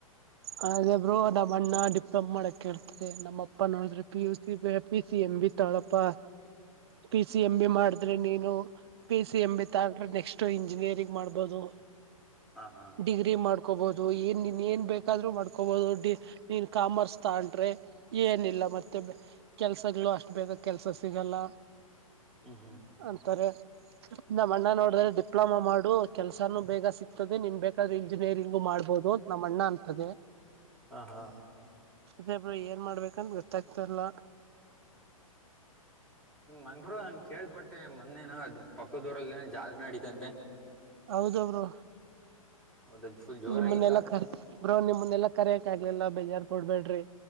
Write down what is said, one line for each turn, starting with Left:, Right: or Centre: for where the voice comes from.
Right: ಹಾಗೆ ಬ್ರೋ ನಮ್ಮ್ ಅಣ್ಣ ಡಿಪ್ಲೊಮ ಮಾಡಕ್ ಹೇಳ್ತಾರೆ ನಮ್ಮಪ್ಪ ನೋಡಿದ್ರೆ P U C P C M ಅಂಬಿ ತಾಳಪ್ಪ ಪಿ ಸಿ ಎಂ ಬಿ ಮಾಡಿದ್ರೆ ನೀನು ಪಿ ಸಿ ಎಮ್ ಬಿ ತಗೊಂಡ್ರೆ ನೆಕ್ಸ್ಟ್ ಇಂಜಿನಿಯರಿಂಗ್ ಮಾಡ್ಬೋದು
Centre: ಹಾ ಹಾ
Right: ಡಿಗ್ರಿ ಮಾಡ್ಕೋಬಹುದು ಏನ್ ನೀನ್ ಏನ್ ಬ ಯಾದ್ರರು ಮಾಡ್ಕೋಬಹುದು ಡಿ ನೀನ್ ಕಾಮರ್ಸ್ ತಂಡ್ರೆ ಏನಿಲ್ಲ ಮತ್ತೆ ಕೆಲಸಗಳು ಅಷ್ಟು ಬೇಗ ಕೆಲ್ಸ ಸಿಗಲ್ಲ
Centre: ಹ್ಮ್ ಹ್ಮ್
Right: ಅಂತಾರೆ ನಮ್ಮ ಅಣ್ಣ ನೋಡಿದ್ರೆ ಡಿಪ್ಲೊಮಾ ಮಾಡು ಕೆಲ್ಸಾನು ಬೇಗ ಸಿಗ್ತದೆ ನೀನ್ ಬೇಕಾದ್ರೆ ಇಂಜಿನಿಯರಿಂಗು ಮಾಡ್ಬೋದು ನಮ್ಮ ಅಣ್ಣ ಅಂತದೆ
Centre: ಹಾ ಹಾ
Right: ಅದೇಬ್ರ ಏನ್ ಮಾಡ್ಬೇಕಂತ ಗೊತ್ತಾಗ್ತಲ್ಲ
Centre: ಆಿರು ಹಂಗಗೆ ಕೇಳ್ಪಟ್ಟೆ ಮೊೇನ ಅದ್ ಪಕ್ಕ ದೂರಲ್ಲಿ ಏ ಜಸ್ ನಡತಂತೆ
Right: ಹೌದ ಬ್ರೋ
Centre: ಹೌದದ್ ಫುಲ್ ಜೋರಾಗಿತ್ತಾ
Right: ನಿಮ್ಮನ್ನೆಲ್ಲ ಕರಿ ಬ್ರೋ ನಿಮ್ಮನ್ನೆಲ್ಲಾ ಕರಿ ಚಾಗ ಎಲ್ಲಾ ಬೇಜಾರ್ು ಕೊಡ್ಬೇಡ್ರಿ